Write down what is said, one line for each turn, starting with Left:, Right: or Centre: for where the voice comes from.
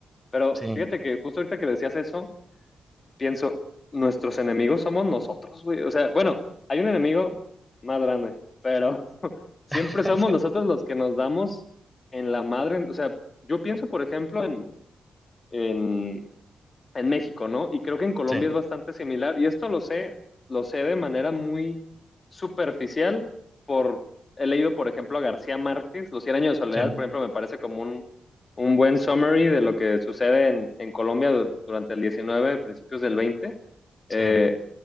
Left: pero
Centre: Sí,
Left: fíjate que justo ahorita que decías eso, pienso, nuestros enemigos somos nosotros, güey. O sea, bueno, hay un enemigo más grande, pero siempre
Centre: <laughs>
Left: somos nosotros los que nos damos en la madre. O sea, yo pienso, por ejemplo, en, en, en México, ¿no? Y creo que en Colombia
Centre: sí,
Left: es bastante similar. Y esto lo sé, lo sé de manera muy superficial por, he leído, por ejemplo, a García Márquez, Los Cien años de soledad,
Centre: sí,
Left: por ejemplo, me parece como un, un buen summary de lo que sucede en, en Colombia du- durante el 19 principios del veinte
Centre: sí.
Left: Eh,